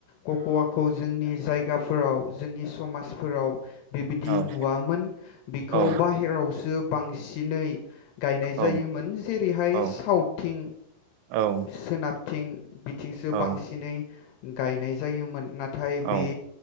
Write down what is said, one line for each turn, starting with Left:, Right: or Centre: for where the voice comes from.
Left: ककवाखौ जोंनि जायगाफोराव जोंनि समाजफोराव बेबिदि
Right: औ
Left: नुवामोन बिखौ
Right: औ
Left: बाहेरावसो बांसिनै गायनाय जायोमोन
Right: औ
Left: जेरैहाय
Right: औ
Left: सावथिं
Right: औ
Left: सोनाब थिं थिंसो
Right: औ
Left: बांसिनै गायनाय जायोमोन ना नाथाय
Right: औ
Left: बे